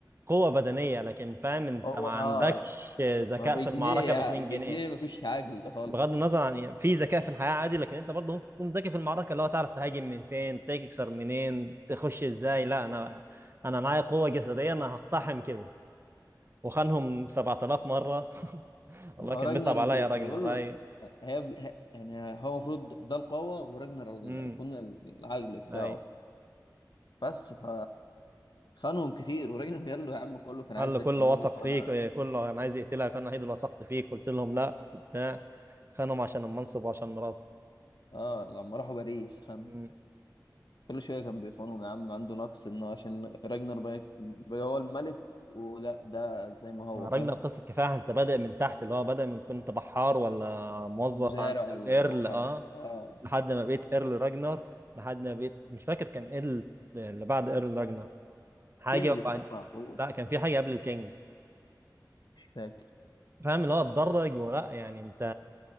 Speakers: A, on the right (about 35°); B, on the left (about 85°).
A: قوة بدنية لكن فاهم انت
B: هو
A: ما عندكش
B: اه
A: ذكاء
B: ما بجنيه
A: في المعركة ب 2
B: بجنيه
A: جنيه
B: ما فيش عقل خالص
A: بغض النظر عن يعني في ذكاء في الحياة عادي لكن انت برضه ممكن تكون ذكي في المعركة اللي هو تعرف تهاجم من فين تكسر منين تخش ازاي لا انا انا معايا قوة جسدية انا هقتحم كده وخانهم 7000 مرة <laughs>
B: ما
A: الله كان
B: هو راجنر
A: بيصعب عليا
B: بي-
A: يا راجنر
B: بيقول له
A: اي
B: هي هي- يعني هو المفروض ده القوة وراجنر ال-
A: امم
B: يكون العقل بتاعه
A: اي
B: بس ف خانهم كتير وراجنر قال له يا عم كله كان
A: قال
B: عايزك
A: له كله
B: تموت
A: وثق
B: وانا
A: فيك إيه، كله كان عايز يقتلك انا الوحيد اللي وثقت فيك قلت لهم لا بتاع خانهم عشان المنصب وعشان مراته
B: اه لما راحوا باريس خانهم
A: مم.
B: كل شويه كان بيخونهم يا عم عنده نقص انه عشان راجنر بقى بقى هو الملك ولا ده زي ما هو
A: عرجنا
B: فاهم
A: لقصه كفاح انت بادئ من تحت اللي هو بادئ من كنت بحار ولا موظف
B: مزارع
A: عند
B: ولا
A: الايرل
B: وحار
A: اه
B: اه
A: لحد ما بقيت ايرل راجنر لحد ما بقيت مش فاكر كان ايه ال- اللي بعد ايرل راجنر حاجه
B: كينج
A: وبعد
B: تقريبا على طول
A: لا كان في حاجه قبل الكينج
B: مش فاكر
A: فاهم اللي هو اتدرج ولا يعني انت